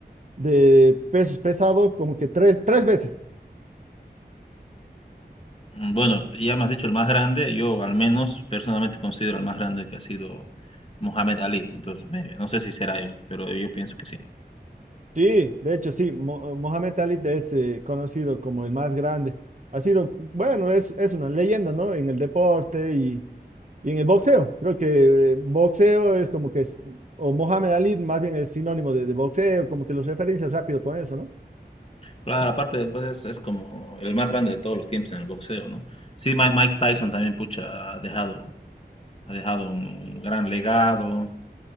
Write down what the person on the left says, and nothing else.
Mm, Bueno, ya me has dicho el más grande, yo al menos personalmente considero el más grande que ha sido Mohamed Ali, entonces me- no sé si será él, pero yo pienso que sí.
Claro, aparte, pues es, es como el más grande de todos los tiempos en el boxeo, ¿no? Sí, Mi- Mike Tyson también, pucha, ha dejado, ha dejado un gran legado.